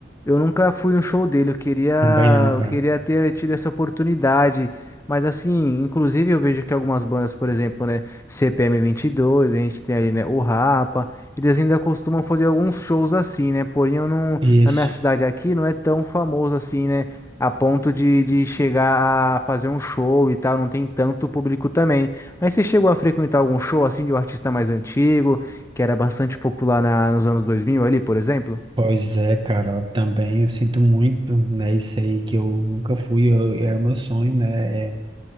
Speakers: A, on the left; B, on the right.
A: eu nunca fui no show dele, eu queria,
B: Também não, cara.
A: eu queria ter tido essa oportunidade. Mas, assim, inclusive eu vejo que algumas bandas, por exemplo, né, CPM dois a gente tem ali, né, o Rapa. Eles ainda costumam fazer alguns shows assim, né? Porém, eu não,
B: Isso.
A: na minha cidade aqui não é tão famoso assim, né? A ponto de, de chegar a fazer um show e tal, não tem tanto público também. Mas você chegou a frequentar algum show assim de um artista mais antigo, que era bastante popular na, nos anos 2000 ali, por exemplo?
B: Pois é, cara, também eu sinto muito, né, isso aí que eu nunca fui, eu, era o meu sonho, né, é